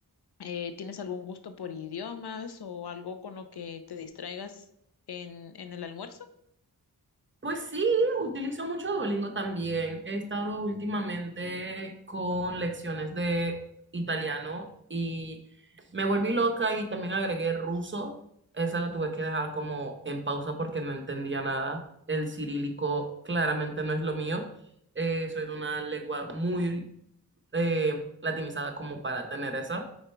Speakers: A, on the left; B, on the right.
A: Eh, ¿tienes algún gusto por idiomas o algo con lo que te distraigas en, en el almuerzo?
B: Pues sí, utilizo mucho Duolingo también. He estado últimamente con lecciones de italiano y me volví loca y también agregué ruso. Esa la tuve que dejar como en pausa porque no entendía nada. El cirílico claramente no es lo mío. Eh, soy de una lengua muy eh, latinizada como para tener esa.